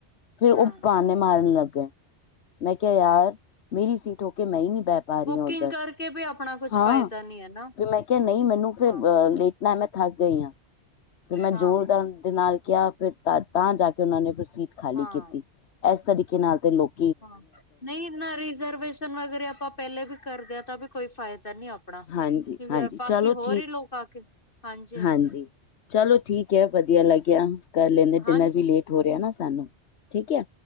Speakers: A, on the left (about 75°); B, on the left (about 50°).
A: ਫਿਰ
B: ਹਾਂ।
A: ਉਹ ਬਾਹਣੇ ਮਾਰਨ ਲੱਗ ਗਏ ਮੈਂ ਕਿਹਾ ਯਾਰ ਮੇਰੀ ਸੀਟ ਹੋ ਕੇ ਮੈਂ ਹੀ ਨਹੀਂ ਬਹਿ ਪਾ ਰਹੀ
B: ਬੁਕਿੰਗ
A: ਹਾਂ ਉੱਧਰ
B: ਕਰਕੇ ਵੀ ਆਪਣਾ ਕੁਛ
A: ਹਾਂ
B: ਫਾਇਦਾ ਨੀ ਹੈ ਨਾ,
A: ਫਿਰ ਮੈਂ ਕਿਹਾ ਨਹੀਂ ਮੈਨੂੰ ਫਿਰ
B: ਹਾਂ,
A: ਅ ਲੇਟ ਨਾ ਮੈਂ ਥੱਕ ਗਈ ਹਾਂ ਫਿਰ ਮੈਂ ਜ਼ੋਰਦਾਰ
B: ਹਾਂ,
A: ਦੇ ਨਾਲ ਕਿਹਾ ਫਿਰ ਤਾਂ-ਤਾਂ ਜਾ ਕੇ ਉਹਨਾਂ ਨੇ ਫਿਰ ਸੀਟ ਖਾਲੀ
B: ਹਾਂ।
A: ਕੀਤੀ ਇਸ ਤਰੀਕੇ ਨਾਲ ਤੇ ਲੋਕ
B: ਹਾਂ ਨਹੀਂ ਨਾ ਰਿਜ਼ਰਵੇਸ਼ਨ ਵਗੈਰਾ ਆਪਾਂ ਪਹਿਲੇ ਵੀ ਕਰਦੇ ਹਾਂ ਤਾਂ ਵੀ ਕੋਈ ਫਾਇਦਾ ਨੀ ਆਪਾਂ ਆਪਣਾ
A: ਹਾਂਜੀ
B: ਕਿਉਂਕਿ
A: ਹਾਂਜੀ
B: ਬਾਕੀ
A: ਚਲੋ
B: ਹੋਰ
A: ਠੀਕ
B: ਹੀ ਲੋਕ ਆ ਕੇ ਹਾਂਜੀ-ਹਾਂਜੀ।
A: ਹਾਂਜੀ ਚਲੋ ਠੀਕ ਹੈ ਵਧੀਆ ਲੱਗਿਆ ਕਰ ਲੈਣੇ
B: ਹਾਂਜੀ,
A: ਡਿਨਰ ਵੀ ਲੇਟ ਹੋ ਰਿਹਾ ਨਾ ਸਾਨੂੰ ਠੀਕ ਹੈ